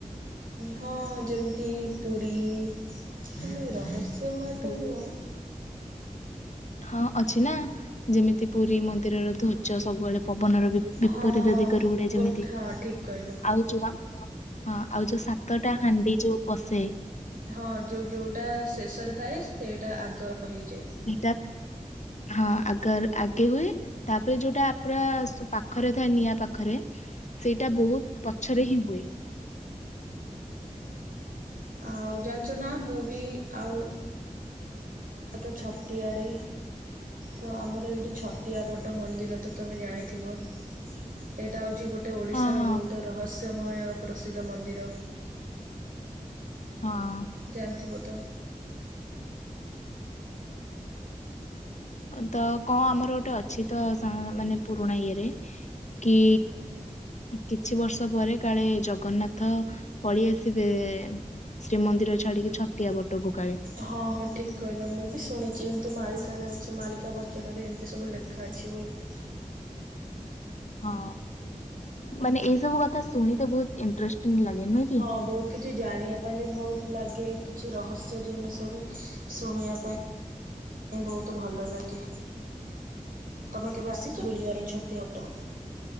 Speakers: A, on the right; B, on the left.
A: ହଁ ଯେମିତି ପୁରୀ ଆମେ ଆଲୋ ଏ ରହସ୍ୟ ମତ
B: କୋଉଠି?
A: ନୁହଁ।
B: ହଁ ଅଛି ନା ଯେମିତି ପୁରୀ ମନ୍ଦିରର ଧ୍ୱଜ ସବୁବେଳେ ପବନର ବି ବିପରୀତ
A: ହଁ ହଁ
B: ଦିଗରୁ ଉଡେ
A: ଗୋ
B: ଯେମିତି
A: ହଁ ଠିକ୍ କହିଲ।
B: ଆଉ ଯୋଉ ଆମ ହଁ ଆଉ ଯୋଉ ସାତଟା ହାଣ୍ଡି ଯୋଉ ପଶେ
A: ହଁ ଯୋଉ ଯୋଉ ଟା ଶେଷରେ ଥାଏ ସେଇଟା ଆଗ ହେଇଯାଏ।
B: ସେଇଟା ହଁ ଆଗ ଆଗେ ହୁଏ। ତାପରେ ଯୋଉଟା ପୁରା ପାଖରେ ଥାଏ ନିଆଁ ପାଖରେ ସେଇଟା ବହୁତ ପଛରେ ହିଁ ହୁଏ।
A: ଆଉ ଜାଣିଚ ନା ମୁଁ ବି ଆଉ ଆ ତ ଛତିଆରେ ତ ଆମର ଏଇଠି ଛତିଆ ବଟ ମନ୍ଦିର ତ ତମେ ଜାଣିଥିବ ଏଇଟା ହଉଛି ଗୋଟେ ଓଡିଶାର
B: ହଁ ହଁ
A: ବହୁତ ରହସ୍ୟମୟ ଆଉ ପ୍ରସିଦ୍ଧ ମନ୍ଦିର।
B: ହଁ।
A: ଜାଣିଥିବ ତ
B: ତ କଣ ଆମର ଗୋଟେ ଅଛି ତ ମାନେ ପୁରୁଣା ଇଏରେ କି କିଛି ବର୍ଷ ପରେ କାଳେ ଜଗନ୍ନାଥ ପଳେଇଆସିବେ ଶ୍ରୀମନ୍ଦିର ଛାଡିକି ଛତିଆ ବଟକୁ କାଳେ।
A: ହଁ ହଁ ଠିକ୍ କହିଲ ମୁଁ ବି ଶୁଣିଛି ଏମିତି ମାଳିକାରେ ଅଛି ମାଳିକା ବଚନରେ ଏମିତି ସବୁ ଲେଖା ଅଛି ବୋଲି।
B: ହଁ ମାନେ ଏଇ ସବୁ କଥା ଶୁଣେ ବହୁତ ଇଣ୍ଟ୍ରେଷ୍ ଟିଂ ଲାଗେ ନି
A: ହଁ ବହୁତ। କିଛି ଜାଣିବା ପାଇଁ ବି ବହୁତ ଲାଗେ କିଛି ରହସ୍ୟ ଜିନିଷ ବି ଶୁଣିବା ପାଇଁ ପାଇଁ ବହୁତ ଭଲ ଲାଗେ ତମେ କେବେ ଆସି ବୁଲିବା ପାଇଁ ଛତିଆ ବଟ।